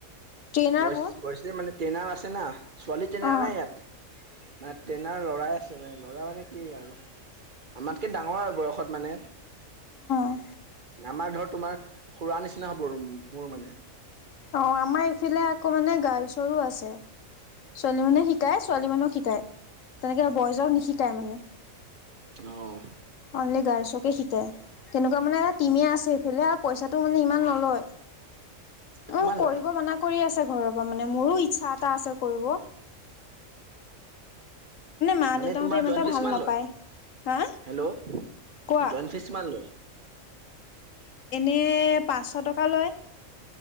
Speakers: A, on the left (about 70°); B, on the right (about 40°).
A: ট্ৰেইনাৰবোৰ
B: ব বয়ছে মানে ট্ৰেইনাৰ আছে না ছোৱালী ট্ৰেইনাৰ
A: অ
B: নাই ইয়াত মানে ট্ৰেইনাৰ ল'ৰাই আছে মানে ল'ৰা মানে কি আৰু আমাতকে ডাঙৰ আৰু বয়সত মানে
A: অ
B: আমাৰ ধৰ তোমাৰ খুৰা নিচিনা হ'ব মোৰ মানে
A: অ আমাৰ ইফালে আকৌ মানে গাৰ্লছৰো আছে ছোৱালী মানে শিকায় ছোৱালী মানুহক শিকায় তেনেকে বয়জক নিশিকায় মানে
B: অহ
A: অনলি গাৰলছকে শি তেনেকুৱা মানে এটা টিমে আছে এইফালে আৰু পইচাটো মানে ইমান নলয়
B: কিমান
A: উম কৰিব
B: লয়
A: মনা কৰি আছে ঘৰৰ পৰা মানে মোৰো ইচ্ছা এটা আছে কৰিব মা
B: মানে
A: দেউতাহঁতে
B: তোমাৰ
A: ইমান
B: জইন
A: এটা
B: ফিচ
A: ভাল
B: কিমান
A: নাপায়
B: লয়?
A: হা
B: হেল্ল'।
A: কোৱা।
B: জইন ফিচ কিমান লয়?
A: এ পাঁচ চ টকা লয়।